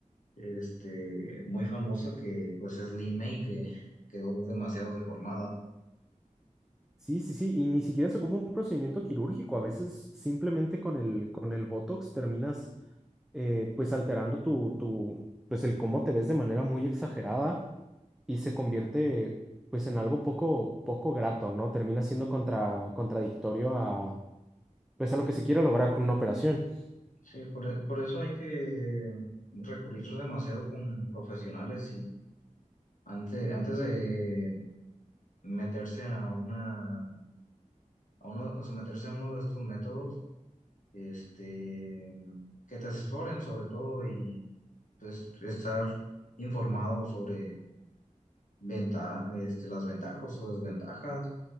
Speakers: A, on the left; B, in the centre.
A: este, muy famosa que pues es Lin May, que quedó demasiado deformada.
B: Sí, sí, sí, y ni siquiera se ocupa un procedimiento quirúrgico. A veces simplemente con el, con el Botox terminas eh, pues alterando tu, tu, pues el cómo te ves de manera muy exagerada y se convierte pues en algo poco, poco grato, ¿no? Termina siendo contra, contradictorio a, pues a lo que se quiere lograr con una operación.
A: Sí, por, e- por eso hay que recurrir demasiado con profesionales y antes, antes de meterse a una, a uno, a someterse a uno de estos métodos, este, que te asesoren sobre todo y pues estar informado sobre venta, este, las ventajas o desventajas